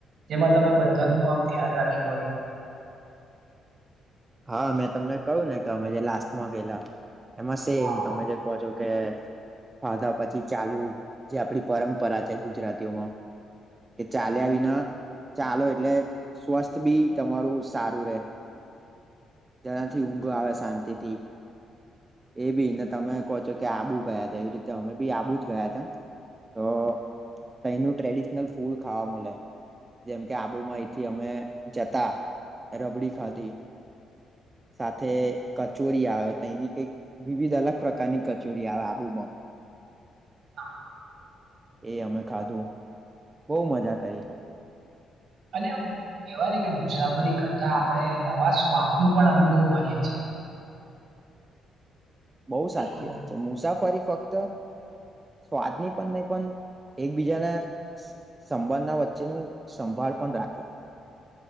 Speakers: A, on the right (about 65°); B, on the right (about 20°).
A: જેમાં તમે બધાનું આમ ધ્યાન રાખ્યું હોય
B: હા મેં તમને કહું ને કે અમે જે લાસ્ટમાં ગેલા એમાં સેમ
A: હા
B: તમે જે કહો છો કે ખાધા પછી ચાલુ જે આપડી પરંપરા છે ગુજરાતીઓમાં કે ચાલ્યા વિના ચાલો એટલે સ્વસ્થ બી તમારું સારું રે જેના થી ઊંઘો આવે શાંતિથી એ બી ને તમે કહો છો કે આબુ ગયા ત એવી રીતે અમે બી આબુ જ ગયા તા તો તયનું ટ્રેડિશનલ ફૂડ ખાવા મળે જેમ કે આબુમાં એથી અમે જતા રબડી ખાધી
A: <inaudible>
B: સાથે કચોરી આવે તો એની કઈક વિવિધ અલગ પ્રકારની કચોરી આવે આબુમાં
A: હા
B: એ અમે ખાધું બહુ મજા કરી
A: અને કેહેવાય ને કે મુસાફરી કરતા આપણે નવા સ્વાદ નો પણ અનુભવ કરીએ છ છે
B: બહુ સાચી
A: બિલકુલ
B: વાત છે મુસાફરી ફક્ત સ્વાદની પણ નહી પણ એકબીજાને સંબંધના વચ્ચેનું સંભાળ પણ રાખે છે